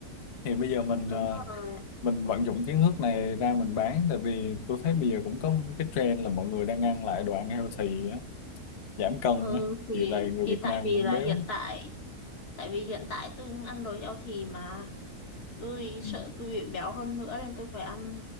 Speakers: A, on the left; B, on the left.
A: thì bây giờ mình
B: đúng
A: ờ,
B: rồi
A: mình vận dụng kiến thức này ra mình bán tại vì tôi thấy bây giờ cũng có một cái trend là mọi người đang ăn lại đồ ăn healthy á, giảm cân
B: ừ,
A: á
B: thì
A: thì này người
B: thì
A: Việt
B: tại
A: Nam
B: vì
A: cũng
B: là
A: béo
B: hiện tại tại vì hiện tại tôi cũng ăn đồ healthy mà tôi
A: Ừ.
B: sợ tôi bị béo hơn nữa nên tôi phải ăn